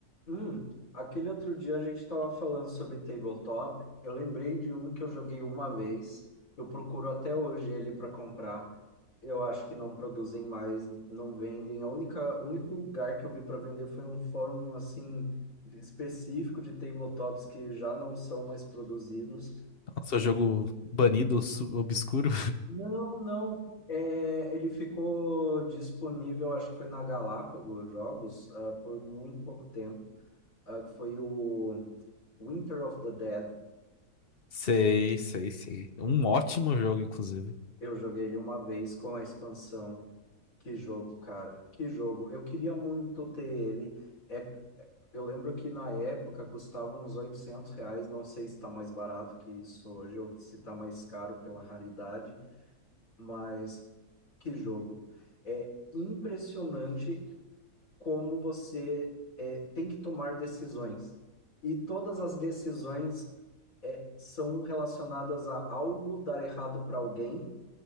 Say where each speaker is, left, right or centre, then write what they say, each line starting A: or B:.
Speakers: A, on the left; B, on the left.
A: Hum, aquele outro dia a gente estava falando sobre tabletop. Eu lembrei de um que eu joguei uma vez. Eu procuro até hoje ele para comprar. Eu acho que não produzem mais, não vendem. A única, o único lugar que eu vi para vender foi um fórum assim específico de tabletops que já não são mais produzidos.
B: Nossa,
A: E-
B: jogo banido, su- obscuro.
A: Não, não. É, ele ficou disponível, acho que foi na Galápagos Jogos, ah, por muito pouco tempo ah, que foi o Winter of the Dead.
B: <laughs> Sei, sei, sei. Um ótimo jogo, inclusive.
A: Eu joguei ele uma vez com a expansão. Que jogo, cara. Que jogo. Eu queria muito ter ele. É, eu lembro que na época custava uns 800 reais. Não sei se está mais barato que isso hoje ou se está mais caro pela raridade. Mas que jogo. É impressionante como você é, tem que tomar decisões. E todas as decisões são relacionadas a algo dar errado para alguém,